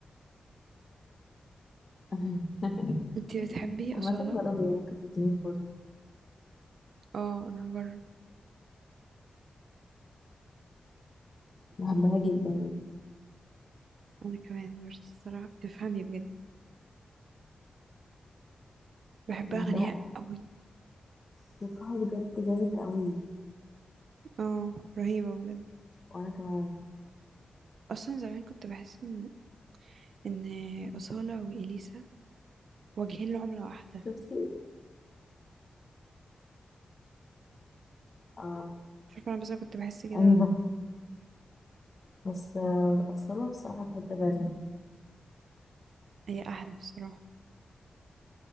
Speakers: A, on the left (about 35°); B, on the right (about 75°).
A: <laughs>
B: انتي بتحبي
A: عامة
B: أصالة؟
A: جربي هي ممكن تديني فرصة
B: اه انا هجرب
A: بحبها جدا يعني
B: انا كمان برضه الصراحة بتفهمي بجد بحب
A: بحبها
B: اغانيها قوي
A: صوتها بجد جامد قوي
B: اه رهيبة بجد
A: وانا كمان
B: اصلا زمان كنت بحس ان ان أصالة وإليسا واجهين لعملة واحدة
A: شفتي اه
B: مش عارفة انا بس أنا كنت بحس كده
A: ايوه
B: ولا
A: بس آه، اصلا بصراحة في حتة تانية
B: هي احلى بصراحة